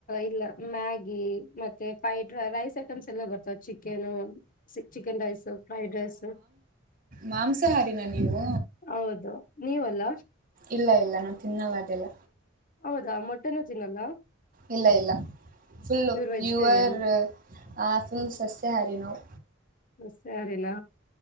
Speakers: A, on the left; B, on the right.
A: ಇಲ್ಲ ಮ್ಯಾಗಿ ಮತ್ತೆ ಫ್ರೈಡ್ ರೈಸ್ ಐಟಮ್ಸ್ ಎಲ್ಲ ಬರ್ತಾವ chicken chicken rice fried rice
B: ಮಾಂಸಹಾರಿನ ನೀವು
A: ಹೌದು ನೀವಲ್ಲಾ
B: ಇಲ್ಲ ಇಲ್ಲ ನಾವು ತಿನ್ನಲ್ಲ ಅದೆಲ್ಲ
A: ಹೌದಾ ಮೊಟ್ಟೆನ ದಿನಲ್ಲ
B: ಇಲ್ಲ ಇಲ್ಲ ಫುಲ್ಲ
A: ವೆಜಿಟೇರಿಯನ್
B: ಪ್ಯೂರ್ ಫುಲ್ ಸಸ್ಯಾಹಾರಿ ನಾವು
A: ಮ ಸಾರಿಲ್ಲ